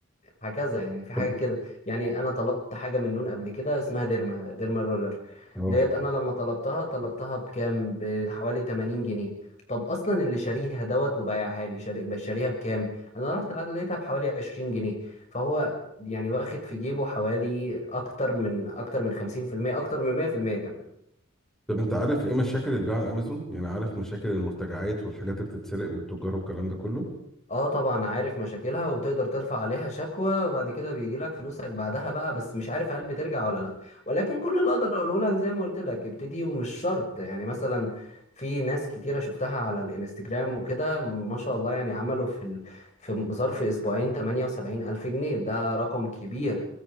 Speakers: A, on the left; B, in the centre.
A: هكذا يعني في حاجة
B: طب
A: كده يعني أنا طلبت حاجة من نون قبل كده اسمها ديرما ديرما رولر
B: اه
A: ديت أنا لما طلبتها طلبتها بكام بحوالي 80 جنيه طب أصلا اللي شاريها دوت وبايعها لي شاري- بقى شاريها بكام أنا رحت العدد لقيتها بحوالي 20 جنيه فهو يعني واخد في جيبه حوالي أكتر من أكتر من 50% أكتر من 100% كمان
B: طب انت عارف ايه مشاكل البيع على امازون يعني عارف مشاكل المرتجعات والحاجات اللي بتتسرق من التجار والكلام ده كله
A: اه طبعا عارف مشاكلها وبتقدر ترفع عليها شكوى وبعد كده بيجي لك فلوسك بعدها بقى بس مش عارف هل بترجع ولا لا ولكن كل اللي اقدر اقوله لك زي ما قلت لك ابتدي ومش شرط يعني مثلا في ناس كتيرة شفتها على الانستجرام وكده ما شاء الله يعني عملوا في ال... في ظرف اسبوعين 78 الف جنيه ده رقم كبير